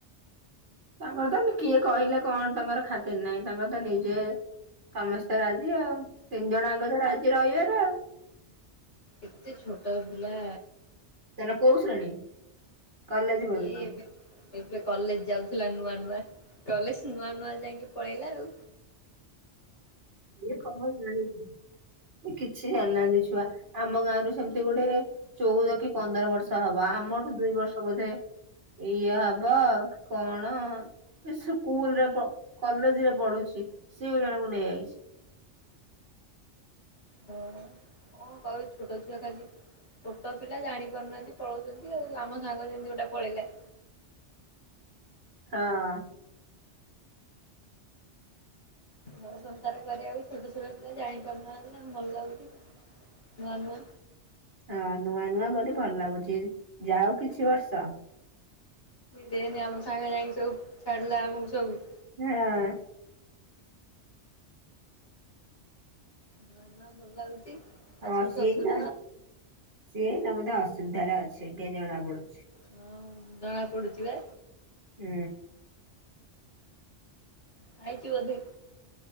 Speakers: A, on the right (about 80°); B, on the left (about 70°).
A: ତାଙ୍କର ତ କିଏ କହିଲେ କଣ ତାଙ୍କର ଖାତିର ନାଇଁ ତାଙ୍କର ତ ନିଜେ ସମସ୍ତେ ରାଜି ଆଉ ତିନି ଜଣ ଯାଙ୍କ ତ ରାଜି ରହିବାର ଆଉ।
B: ଏତେ ଛୋଟ ପିଲା।
A: ତାର କୋଉ ଶ୍ରେଣୀ? କଲେଜ
B: ସିଏ
A: ପଢୁଛି।
B: ଏବେ ଏବେ କଲେଜ୍ ଯାଉଥିଲା ନୂଆ ନୂଆ କଲେଜ୍ ନୂଆ ନୂଆ ଯାଇକି ପଳେଇଲା ଆଉ।
A: ଇଏ କଣ ଜାଣିଛି କିଛି ଜାଣିନାହାନ୍ତି ଛୁଆ ଆମ ଗାଁରୁ ସେମତି ଗୋଟେ ଚଉଦ କି ପନ୍ଦର ବର୍ଷ ହବ ଆମଠୁ ଦୁଇ ବର୍ଷ ବୋଧେ ଏଇୟା ହବ କଣ? ଏ ସ୍କୁଲ ରେ ପ କଲେଜ୍ ରେ ପଢୁଛି ସେ ଜଣକୁ ନେଇଯାଇଛି।
B: ହଁ କଁ କହିବୁ ଛୋଟ ଛୁଆ ଖାଲି ଛୋଟ ପିଲା ଜାଣି ପାରୁନାହାନ୍ତି ପଳଉଛନ୍ତି ଆଉ ଆମ ସାଙ୍ଗ ଯେମିତି ଗୋଟେ ପଳେଇଲା।
A: ହଁ।
B: ଘର ସଂସାର କରିବାକୁ ଛୋଟ ଛୋଟ ପିଲା ଜାଣିପାରୁନାହାନ୍ତି ତାଙ୍କୁ ଭଲ ଲାଗୁଛି ନୂଆ ନୂଆ।
A: ହଁ ନୂଆ ନୂଆ ବୋଲି ଭଲ ଲାଗୁଛି ଯାଉ କିଛି ବର୍ଷ।
B: ଦେନି ଆମ ସାଙ୍ଗ ଯାଇକି ସବୁ ଛାଡିଲା ଆମକୁ ସବୁ।
A: ହଁ।
B: ନୂଆ ନୂଆ ଭଲ ଲାଗୁଛି। ଶାଶୁ
A: ହଁ ସିଏ
B: ଶ୍ୱଶୁର
A: ଏଇନା ସିଏ ଏଇନା ବୋଧେ ଅସୁବିଧାରେ ଅଛି ଜଣା ପଡୁଛି।
B: ହଁ ଜଣା ପଡୁଛି ବା।
A: ହୁଁ।
B: ଖାଇଚୁ ବୋଧେ?